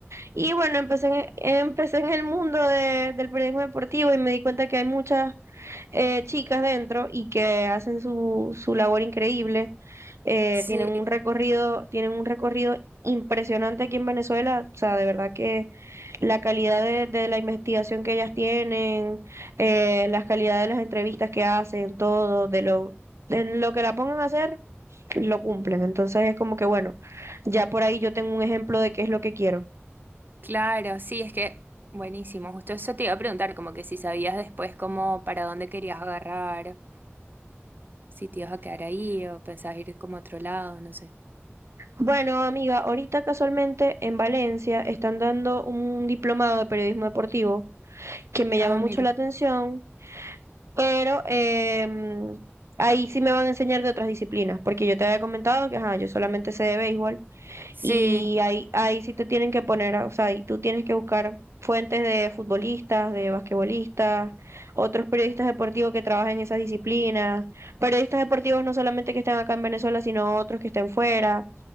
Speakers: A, on the right; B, on the right.
A: Y bueno, empecé en, empecé en el mundo de- del periodismo deportivo y me di cuenta que hay muchas eh, chicas dentro y que hacen su, su labor increíble eh,
B: Sí,
A: tienen un recorrido, tienen un recorrido impresionante aquí en Venezuela, o sea, de verdad que la calidad de, de la investigación que ellas tienen, eh, la calidad de las entrevistas que hacen, todo, de lo, de lo que la pongan a hacer, lo cumplen. Entonces es como que, bueno, ya por ahí yo tengo un ejemplo de qué es lo que quiero.
B: claro, sí, es que buenísimo. Justo eso te iba a preguntar, como que si sabías después como para dónde querías agarrar, si te ibas a quedar ahí o pensabas ir como a otro lado, no sé.
A: Bueno, amiga, ahorita casualmente en Valencia están dando un diplomado de periodismo deportivo que me
B: Ah,
A: llama mucho
B: mira.
A: la atención pero em, ahí sí me van a enseñar de otras disciplinas, porque yo te había comentado que ajá, yo solamente sé de béisbol
B: Sí.
A: y ahí, ahí sí te tienen que poner, a- o sea, y tú tienes que buscar fuentes de futbolistas, de basquetbolistas, otros periodistas deportivos que trabajen en esas disciplinas, periodistas deportivos no solamente que estén acá en Venezuela, sino otros que estén fuera.